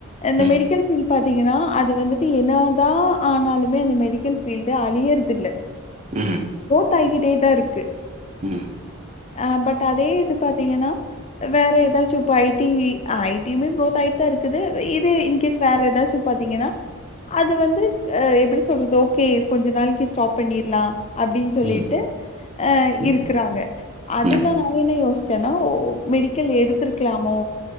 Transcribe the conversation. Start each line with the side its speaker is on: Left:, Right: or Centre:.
Left: அந்த
Right: ம்,
Left: மெடிக்கல் ஃபீல்டு பாத்தீங்கன்னா அது வந்துட்டு என்னாதா ஆனாலு மே அந்த மெடிக்கல் ஃபீல்டு அழியறதில்ல
Right: ம்
Left: தயங்கிட்டேதா இருக்கு
Right: ம்
Left: அ பட் அதே இது பாத்தீங்கன்னா வேற எதாச்சு இப்ப ஐ டி ஐ டியுமே குரோத் ஆயிட்டுதா இருக்குது இது இன்கேஸ் வேற எதாச்சு பாத்தீங்கன்னா அது வந்து அ எப்டி சொல்றது ஓகே கொஞ்ச நாளைக்கு ஸ்டாப் பண்ணிர்லா அப்டின்னு சொல்லிட்டு
Right: ம்,
Left: அ
Right: ம்.
Left: இருக்கிறாங்க அதுல
Right: ஆமா.
Left: நா என்ன யோசி சன்னோ மெடிக்கல் எடுத்திருக்கலாமோ